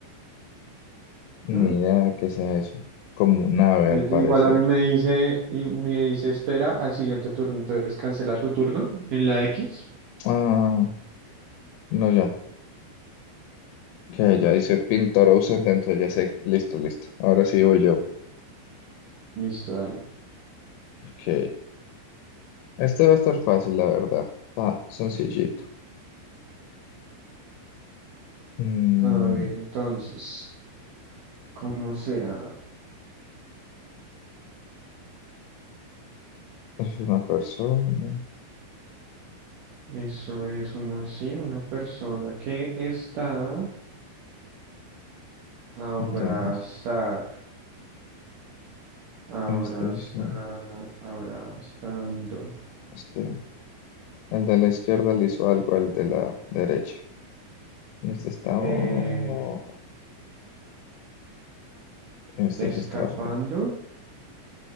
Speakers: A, on the left; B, on the right.
A: Ni
B: ¿Mm?
A: idea de qué sea eso. Como un ave,
B: Eh,
A: al parecer.
B: igual a mí me dice, y me dice espera al siguiente turno. Entonces cancela tu turno en la X.
A: Ah, no, ya. Que ya dice pintor ausente, entonces ya sé. Listo, listo. Ahora sí voy yo.
B: Listo, dale.
A: Ok. Este va a estar fácil, la verdad. Está sencillito. Mm,
B: A ver, entonces, ¿cómo será?
A: es una persona.
B: Eso es una, sí, una persona que está abrazar,
A: Entonces,
B: abrazar,
A: este hizo.
B: abrazando,
A: Este. El de la izquierda le hizo algo al de la derecha. Y este está...
B: eh,
A: oh, este
B: escapando,
A: se está... riendo.